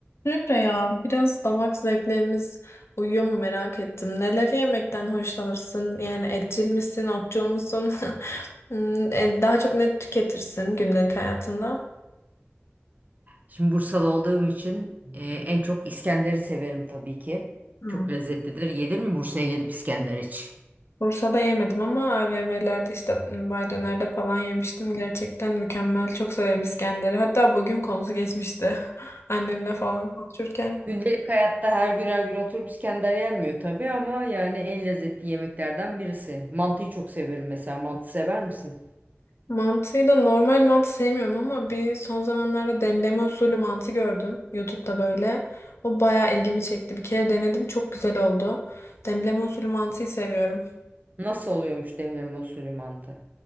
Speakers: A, on the left; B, on the right.
A: Emre ya biraz damak zevklerimiz uyuyor mu merak ettim. Neleri yemekten hoşlanırsın? Yani etçil misin, otçul musun? <laughs> Hmm, e, Daha çok ne tüketirsin gündelik hayatında?
B: Şimdi Bursalı olduğum için e, en çok İskender'i severim tabii ki.
A: Hmm.
B: Çok lezzetlidir. Yedin mi Bursa'ya gelip İskender iç?
A: Bursa'da yemedim ama AVM'lerde işte hmm, Bay Döner'de falan yemiştim. Gerçekten mükemmel. Çok severim İskender'i. Hatta bugün konusu geçmişti. <laughs> Annemle falan konuşurken.
B: Gündelik hayatta her gün her gün oturup İskender yenmiyor tabii ama yani en lezzetli yemeklerden birisi. Mantıyı çok severim mesela. Mantı sever misin?
A: Mantıyı da normal mantı sevmiyorum ama bir son zamanlarda demleme usulü mantı gördüm. YouTube'da böyle. O bayağı ilgimi çekti. Bir kere denedim. Çok güzel oldu. Demleme usulü mantıyı seviyorum.
B: Nasıl oluyormuş demleme usulü mantı?